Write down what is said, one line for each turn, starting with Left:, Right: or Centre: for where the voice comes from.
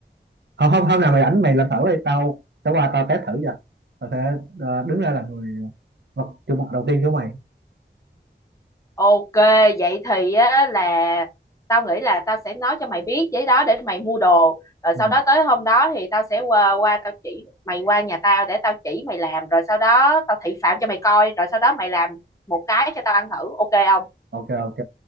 Right: hôm hôm hôm nào mày rảnh mày làm thử đi tao tao qua tao test thử cho tao sẽ ờ, đứng ra làm người ờ, vật chủ mặt đầu tiên của mày
Left: Ok, vậy thì á, là tao nghĩ là tao sẽ nói cho mày biết giấy đó để mày mua đồ. Rồi
Right: ừ,
Left: sau đó tới hôm đó thì tao sẽ qua, qua tao chỉ mày qua nhà tao để tao chỉ mày làm. Rồi sau đó tao thị phạm cho mày coi. Rồi sau đó mày làm một cái cho tao ăn thử. Ok không?
Right: ok ok